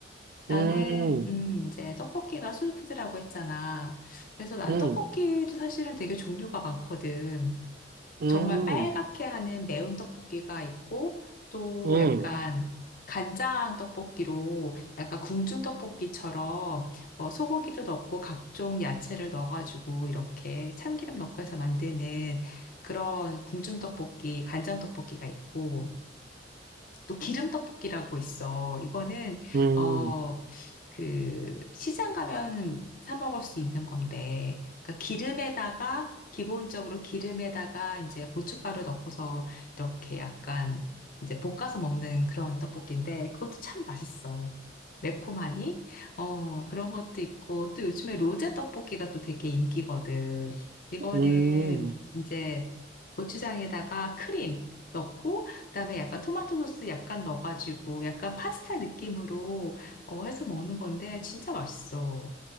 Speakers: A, on the left; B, on the right.
A: 나는
B: 음,
A: 음 이제 떡볶이가 소울푸드라고 했잖아. 그래서 난
B: 음,
A: 맞아. 떡볶이도 사실은 되게 종류가 많거든.
B: 음,
A: 정말 빨갛게 하는 매운 떡볶이가 있고 또
B: 음,
A: 약간
B: 음,
A: 간장 떡볶이로 약간 궁중 떡볶이처럼 뭐 소고기도 넣고 각종 야채를 넣어가지고 이렇게 참기름 넣고 해서 만드는 그런 궁중 떡볶이, 간장 떡볶이가 있고 또 기름 떡볶이라고 있어. 이거는
B: 음,
A: 어 그 시장 가면 사 먹을 수 있는 건데, 그러니까 기름에다가 기본적으로 기름에다가 이제 고춧가루 넣고서 이렇게 약간 이제 볶아서 먹는 그런 떡볶이인데 그것도 참 맛있어. 매콤하니? 어, 그런 것도 있고 또 요즘에 로제 떡볶이가 또 되게 인기거든. 이거는
B: 음,
A: 이제 고추장에다가 크림 넣고 그다음에 약간 토마토 소스 약간 넣어가지고 약간 파스타 느낌으로 어, 해서 먹는 건데 진짜 맛있어.